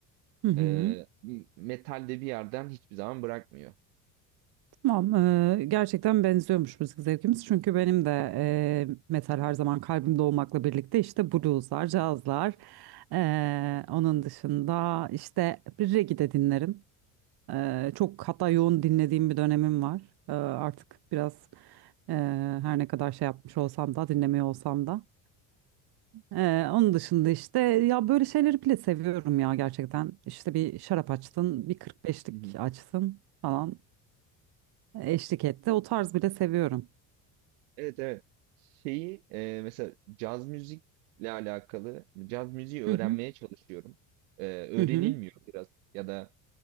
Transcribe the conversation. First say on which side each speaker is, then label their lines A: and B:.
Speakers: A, on the right; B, on the right.
A: hı hı.
B: Eee, metal de bir yerden hiçbir zaman bırakmıyor.
A: Tamam, eee, gerçekten benziyormuş müzik zevkimiz. Çünkü benim de eee, metal her zaman kalbimde olmakla birlikte işte blueslar, cazlar. eee, onun dışında işte bir reggae de dinlerim. Eee, çok hatta yoğun dinlediğim bir dönemim var. Eee, artık biraz eee, her ne kadar şey yapmış olsam da dinlemiyor olsam da. Ee, onun dışında işte ya böyle şeyleri bile seviyorum ya gerçekten. İşte bir şarap açtın, bir 45'lik
B: Hı hı.
A: açtın falan eşlik etti. O tarz bile seviyorum.
B: Evet evet. Şeyi e, mesela caz müzikle alakalı caz müziği öğrenmeye
A: Hı hı.
B: çalışıyorum. E, öğrenilmiyor
A: Hı hı.
B: biraz ya da